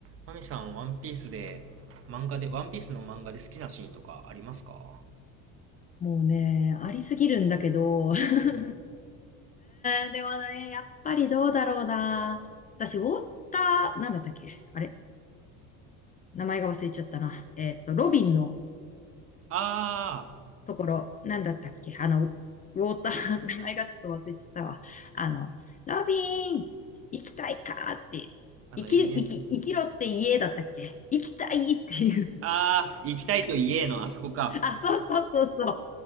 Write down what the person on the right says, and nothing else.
マミさん、ワンピースで、漫画で、ワンピースの漫画で好きなシーンとかありますか
うん
あ
あー、あの、
エニエ、
ああ、行きたいと言えの、あそこか。